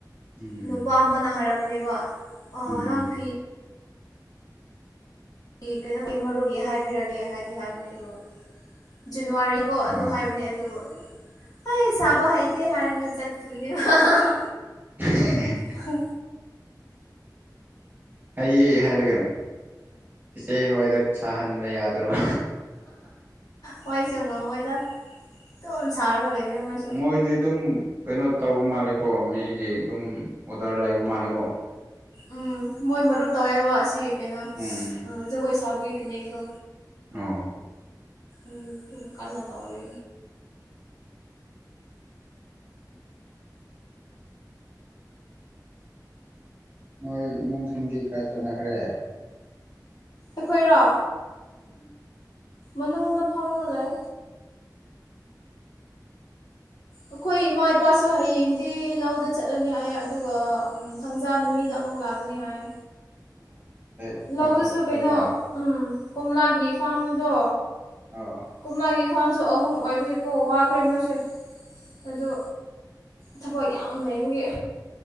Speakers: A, on the right; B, on the left.
A: ꯎꯝ
B: ꯅꯨꯄꯥ ꯑꯃꯅ ꯍꯥꯏꯔꯛꯄꯅꯦꯕ ꯑ
A: ꯎꯝ
B: ꯅꯪ ꯐꯤ ꯀꯩꯅꯣꯒꯤ ꯃꯔꯨꯒꯤ ꯍꯥꯏꯕꯤꯔꯒꯦ ꯍꯥꯏꯗꯤ ꯍꯥꯏꯕꯅꯦ ꯑꯗꯣ ꯖꯟꯋꯥꯔꯤ ꯀꯣ ꯑꯗꯨ
A: ꯑ
B: ꯍꯥꯏꯕꯅꯦ ꯑꯗꯨꯕꯨ ꯑꯩ ꯁꯥꯕ ꯍꯥꯏꯩꯇꯦ ꯍꯥꯏꯔꯒ ꯆꯠꯈꯤꯕꯅꯦ <unintelligible>
A: <unintelligible>
B: ꯍ
A: ꯍꯩꯌꯦ ꯍꯥꯏꯔꯒꯟ ꯆꯦꯆꯦ ꯍꯣꯏꯗ ꯁꯥꯍꯟꯕ ꯌꯥꯗ꯭ꯔꯣ
B: ꯃꯣꯏꯁꯨ ꯉꯝꯃꯣꯏꯗ ꯑꯗꯨꯨꯝ ꯁꯥꯔꯒ ꯂꯩꯒꯦ ꯃꯣꯏꯁꯨ
A: ꯃꯣꯏꯗꯤ ꯑꯗꯨꯝ ꯀꯩꯅꯣ ꯇꯧꯕ ꯃꯥꯜꯂꯦꯀꯣ ꯃꯤꯒꯤ ꯑꯗꯨꯝ ꯑꯣꯗꯔ ꯂꯩꯕ ꯃꯥꯜꯂꯦꯀꯣ
B: ꯎꯝ ꯃꯣꯏ ꯃꯔꯨꯞ ꯇꯧꯋꯦꯕ ꯑꯁꯤ ꯀꯩꯅꯣ
A: ꯎꯝ
B: ꯖꯒꯣꯏ ꯁꯥꯕꯒꯤ ꯐꯤꯅꯦꯛꯇꯣ
A: ꯑꯣ
B: ꯎꯝ ꯀꯟꯅ ꯇꯧꯔꯤ
A: ꯅꯣꯏ ꯏꯃꯨꯡꯁꯤꯡꯗꯤ ꯀꯥꯏ ꯆꯠꯅꯈ꯭ꯔꯦ
B: ꯑꯩꯈꯣꯏꯔꯣ
A: ꯎꯝ
B: ꯃꯅꯨꯡꯗ ꯐꯝꯃꯒ ꯂꯩ ꯑꯩꯈꯣꯏ ꯏꯃꯥ ꯏꯄꯥꯁꯨ ꯍꯌꯦꯡꯗꯤ ꯂꯧꯗ ꯆꯠꯂꯅꯤ ꯍꯥꯏꯌꯦ ꯑꯗꯨꯒ ꯎꯝ ꯊꯪꯖꯥ ꯅꯨꯃꯤꯗ ꯑꯃꯨꯛ ꯂꯥꯛꯀꯅꯤ ꯍꯥꯏꯌꯦ
A: ꯑꯣ ꯂꯦꯛꯄ
B: ꯂꯧꯗꯨꯁꯨ
A: ꯆꯠꯇꯣꯏꯕ
B: ꯀꯩꯅꯣ ꯎꯝ ꯀꯣꯝꯂꯥꯒꯤ ꯐꯥꯔꯝꯗꯣ
A: ꯑꯣ
B: ꯀꯣꯝꯂꯥꯒꯤ ꯐꯥꯔꯝꯁꯨ ꯑꯍꯨꯝ ꯑꯣꯏꯕꯒꯤꯀꯣ ꯋꯥꯈ꯭ꯔꯦ ꯃꯣꯏꯁꯦ ꯑꯗꯨ ꯊꯕꯛ ꯌꯥꯝ ꯂꯩꯕꯒꯤ